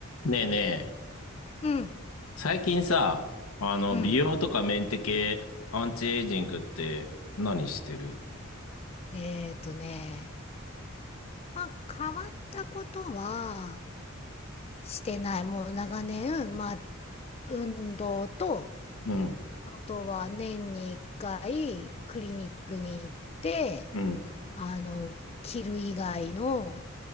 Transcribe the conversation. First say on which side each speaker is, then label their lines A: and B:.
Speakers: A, on the left (about 80°); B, on the left (about 30°).
A: ねえねえ、
B: うん、
A: 最近さ、あの、
B: うん。
A: 美容とかメンテ系、アンチエイジングって何してる
B: えっとね、まあ変わったことはしてない。もう長年、まあ運動と、
A: うん、
B: あとは年に1回クリニックに行って、
A: うん。
B: あの、切る以外の